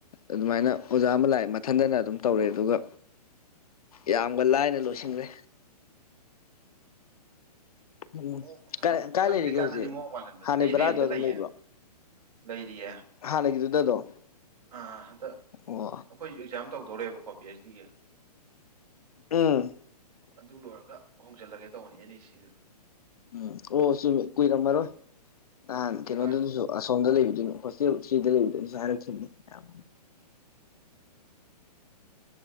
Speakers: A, on the left (about 60°); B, on the right (about 80°).
A: ꯑꯗꯨꯃꯥꯏꯅ ꯑꯣꯖꯥ ꯑꯃ ꯂꯥꯛꯑꯦ ꯃꯊꯟꯗꯅ ꯑꯗꯨꯝ ꯇꯧꯔꯦ ꯑꯗꯨꯒ ꯌꯥꯝꯅ ꯂꯥꯏꯅ ꯂꯣꯏꯁꯤꯟꯒ꯭ꯔꯦ ꯎꯝ
B: ꯃꯑꯣꯡ
A: ꯀꯥꯏ
B: ꯆꯪꯗ꯭ꯔꯤꯀꯥꯟꯗꯗꯤ
A: ꯂꯩꯔꯤꯒꯦ ꯍꯧꯖꯤꯛ
B: ꯃꯑꯣꯡ ꯃꯥꯜꯍꯟꯕꯅꯦ
A: ꯍꯥꯟꯅꯒꯤ
B: ꯑꯩ
A: ꯕꯔꯥꯗꯨ
B: ꯔꯦꯟꯗ
A: ꯑꯗꯨꯝ
B: ꯂꯩꯌꯦ
A: ꯂꯩꯕ꯭ꯔꯣ
B: ꯂꯩꯔꯤꯌꯦ
A: ꯍꯥꯟꯅꯒꯤꯗꯨꯗ ꯑꯗꯨꯝ
B: ꯑꯥ ꯍꯟꯇꯛ
A: ꯑꯣ
B: ꯑꯩꯈꯣꯏꯁꯨ ꯑꯦꯛꯖꯥꯝ ꯇꯧꯗꯣꯔꯦꯕꯀꯣ ꯄꯤ ꯑꯩꯆ ꯗꯤꯒꯤ
A: ꯎꯝ
B: ꯑꯗꯨ ꯂꯣꯏꯔꯒ ꯍꯣꯡꯖꯤꯜꯂꯒꯦ ꯇꯧꯕꯅꯤ ꯑꯦꯟ ꯑꯦ ꯁꯤꯗ
A: ꯎꯝ ꯑꯣ ꯆꯨꯝꯃꯤ ꯀꯨꯏꯔꯝꯃꯔꯣꯏ ꯅꯍꯥꯟ
B: ꯎꯝ ꯖꯨꯂꯥꯏ
A: ꯀꯩꯅꯣꯗꯨꯗꯁꯨ ꯑꯁꯣꯝꯗ ꯂꯩꯕꯗꯨꯅ ꯍꯣꯁꯇꯦꯜ ꯊ꯭ꯔꯤꯗ ꯂꯩꯕꯗꯨꯅꯁꯨ ꯍꯥꯏꯔꯛꯈꯤꯕꯅꯤ ꯌꯥꯝ
B: <inaudible>